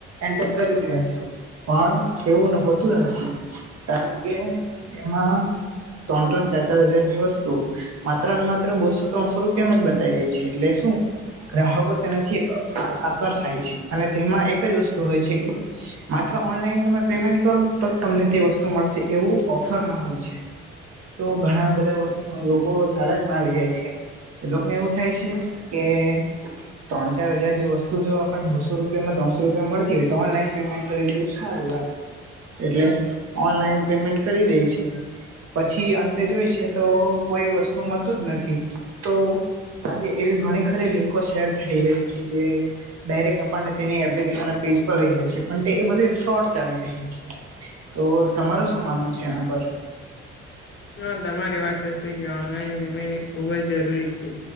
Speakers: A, on the right; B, on the left.
A: એન્ટર કરી ગયા પણ એવું હોતું ને કારણ કે એમાં ત્રણ ત્રણ ચાર ચાર હજારની વસ્તુ માત્ર ને માત્ર બસો ત્રણસો રૂપિયામાં જ બતાવી દે છે એટલે શું ગ્રાહકો તેનાથી આકર્ષાય છે અને તેમાં એક જ વસ્તુ હોય છે કે માત્ર ઓનલાઈન તમે પેમેન્ટ કરો તો જ તમને તે વસ્તુ મળશે એવું ઓફરમાં હોય છે તો ઘણા બધા વસ્તુ લોકો લાલચમાં આવી જાય છે. એ લોકોને એવું થાય છે કે- ત્રણ ચાર હજારની વસ્તુ જો આપણ બોસો રૂપિયા ત્રસો રૂપિયા મળતી હોય તો ઓનલાઈન પેમેન્ટ કરી દેવું સારું એમ. એટલે ઓનલાઈન પેમેન્ટ કરી દે છે. પછી અંતે જોઈ છે તો કોઈ વસ્તુ મળતું જ નથી તો- આજે એવી ઘણી ખરી લિંકો શેર થઈ રહી છે જે- ડાયરેક્ટ આપણને તેની એપ્લિકેશન ના પેજ પર લઈ જાય છે પણ તે એ બધું એક ફ્રોડ ચાલી - તો તમારું શું માનવું છે એના પર?
B: ના તમારી વાત સાચી કે ઓનલાઈન વિમેની ખુબ જ જરૂરી છે.